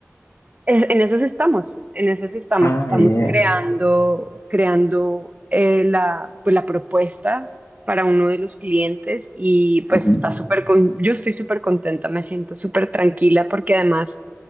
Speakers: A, on the right; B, on the left.
A: Es- En esas estamos, en esas estamos,
B: Ah,
A: estamos
B: yeah.
A: creando, creando eh, la, pues, la propuesta para uno de los clientes y pues
B: Ujú.
A: está súper, con, yo estoy súper contenta, me siento súper tranquila porque además